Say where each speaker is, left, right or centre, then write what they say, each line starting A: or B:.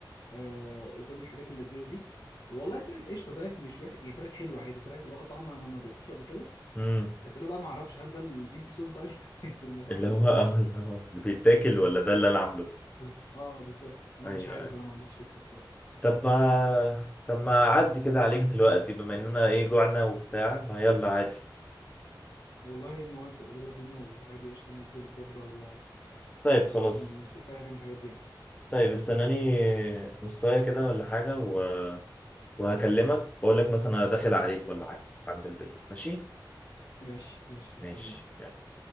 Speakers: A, on the left; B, on the left.
A: آه وكل الحاجات اللذيذه دي والله طلعت قشطه طلعت مش وحش يعني طلعت حلوه عادي طلعت اللي هو طعم انا ما دقتوش قبل كده
B: امم
A: بس انا بقى ما اعرفش هل ده البينك صوص بقى اللي <laughs> في المطاعم
B: اللي
A: ولا
B: هو
A: لا
B: اه
A: بصراحه
B: اللي هو اللي بيتاكل ولا ده اللي انا عامله بس
A: بز... اه بالظبط انا
B: ايوه
A: مش عارف
B: ايوه
A: بقى ما عنديش فكره بصراحه
B: طب ما طب ما اعدي كده عليك دلوقتي بما اننا ايه جوعنا وبتاع ما يلا عادي
A: والله موافق يلا بينا وعادي قشطه نطلب وجبه ولا
B: طيب
A: ولا
B: خلاص
A: نشوف اي حاجه من الحاجات دي يعني
B: طيب استناني نصايه كده ولا حاجه و... وهكلمك واقول لك مثلا انا داخل عليك ولا حاجه عند البيت ماشي
A: ماشي ماشي مستنيك
B: ماشي